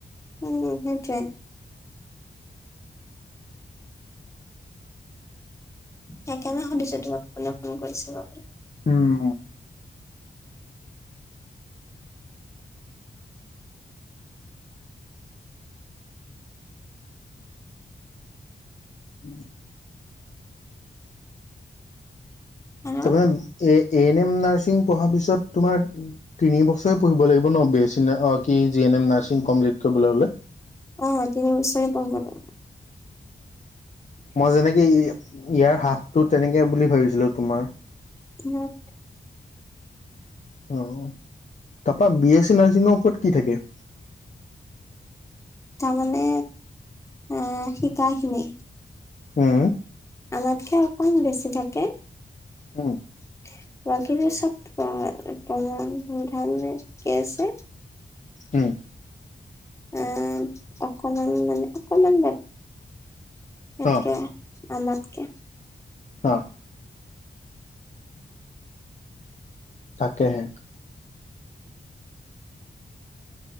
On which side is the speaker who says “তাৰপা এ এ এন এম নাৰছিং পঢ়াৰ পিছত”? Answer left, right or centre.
Left